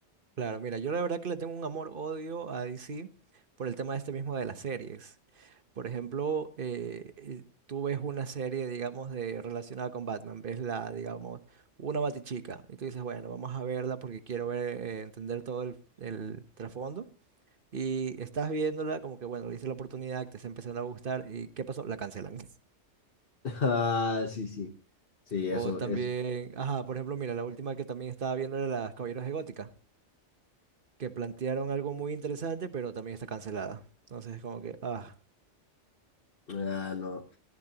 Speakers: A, on the right (about 50°); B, on the left (about 50°).
A: Claro, mira, yo la verdad que le tengo un amor-odio a DC por el tema este mismo de las series. Por ejemplo, eh, eh, tú ves una serie, digamos, de relacionada con Batman, ves la, digamos, una Batichica, y tú dices, bueno, vamos a verla porque quiero ver, eh, entender todo el, el trasfondo. Y estás viéndola como que, bueno, le hice la oportunidad, te está empezando a gustar, ¿y qué pasó? La cancelan.
B: <laughs> Ah, sí, sí. Sí,
A: O
B: eso
A: también,
B: es.
A: ajá, por ejemplo, mira, la última que también estaba viendo era Las Caballeros de Gótica, que plantearon algo muy interesante, pero también está cancelada. Entonces es como que, ah,
B: Ah, no.